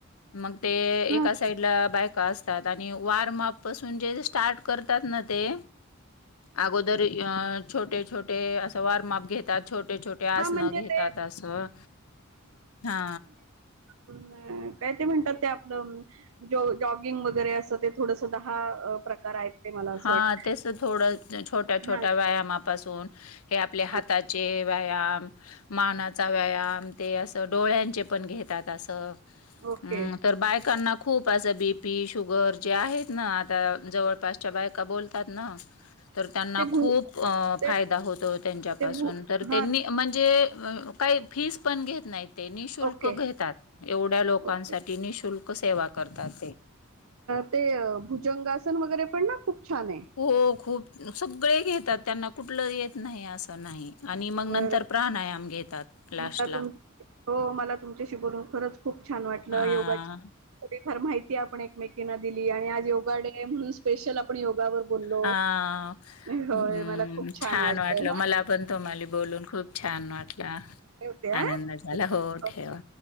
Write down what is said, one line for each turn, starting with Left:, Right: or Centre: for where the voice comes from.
Left: मग ते
Right: ह
Left: एका साईड आपल्या बायका असतात आणि वॉर्मअप पासून जे स्टार्ट करतात ना ते अगोदर छोटे छोटे असं वॉर्मअप घेतात छोटे छोटे ते आसन
Right: हा म्हणजे
Left: घेतात
Right: ते
Left: असं हा,
Right: काय ते म्हणतात ते आपल, ज जॉगिंग वगैरे असं ते थोडस दहा प्रकार आहेत ते मला असं
Left: हा
Right: वाटत
Left: तेच थोड छोट्या छोट्या
Right: हा
Left: व्यायामा पाासून, हे आपल्या हाताचे
Right: हा
Left: व्यायाम मानाचा व्यायाम ते असं डोळ्यांचे पण घेतात अस हम्म
Right: ओके
Left: तर बायकांना पण, खूप असं बीपी शुगर जे आहेत ना आता जवळपासच्या बायका बोलतात ना, तर त्यांना
Right: ते भू
Left: खूप
Right: ते
Left: फायदा होतो त्यांच्यापासून
Right: ते भू
Left: तर त्यांनी,
Right: हा
Left: म्हणजे काही फीस पण घेत नाही ते निशुल्क
Right: ओके
Left: घेतात. एवढ्या लोकांसाठी
Right: ओके
Left: निशुल्क सेवा करतात ते,
Right: ते भुजंगासन वगैरे पण ना खूप छान आहे.
Left: हो खूप सगळे घेतात त्यांना कुठलं येत नाही असं नाही आणि मग
Right: अ
Left: नंतर, प्राणायाम घेतात, लास्टला.
Right: मला तुम हो मला तुमच्याशी बोलून खरंच खूप छान वाटलं
Left: हां,
Right: योगाची थोडी फार माहिती आपण एकमेकींना दिली आणि आज योगा डे म्हणून, स्पेशल आपण योगावर बोललो
Left: हां.
Right: होय
Left: हं,
Right: मला खूप छान वाटलंय,
Left: वाटलं. मला पण तोम्हाला बोलून खूप छान वाटला
Right: ठेवते ह
Left: आनंद झाला हो ठेवा.